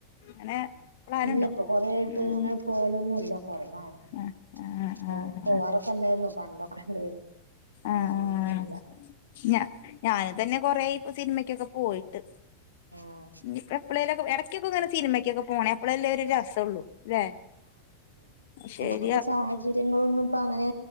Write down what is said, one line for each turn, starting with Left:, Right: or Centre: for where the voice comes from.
Left: അങ്ങനെ പ്ലാനുണ്ടോ
Right: ഇല്ല ഇപ്പൊ കൊറേ ആയിട്ട്
Left: ഉം
Right: ഇങ്ങനെ പോവലൊന്നും ഇല്ല കൊറവാണ്
Left: ആഹ് ആഹ്
Right: ഇപ്പ
Left: ആഹ്
Right: പോവാറൊക്കെ ഉണ്ടായിരുന്നു പണ്ടൊക്കെ ഉണ്ടായിരുന്നു ഇപ്പൊ
Left: ആഹ്
Right: അങ്ങനെയൊന്നും ഇല്ല
Left: ഞ ഞാന് തന്നെ കൊറേ ഇപ്പ സിനിമക്കൊക്കെ പോയിട്ട്
Right: ആഹ്
Left: ഞ് എപ്പളെലൊക്ക ഇടക്കൊക്കെ ഇങ്ങനെ സിനിമക്കൊക്കെ പോണേ അപ്പളല്ലേ ഒരു രസള്ളൂ അല്ലേ ശരി
Right: ഇപ്പ സാഹചര്യങ്ങളൊന്നും ഇപ്പ അങ്ങനെ